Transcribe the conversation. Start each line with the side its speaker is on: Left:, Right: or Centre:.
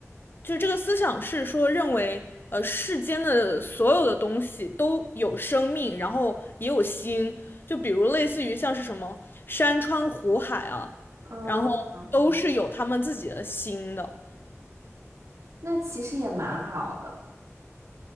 Left: 就这个思想是说认为呃世间的所有的东西都有生命，然后也有心，就比如类似于像是什么山川湖海啊，
Right: 嗯嗯，
Left: 然后都是有他们自己的心的。
Right: 那其实也蛮好的。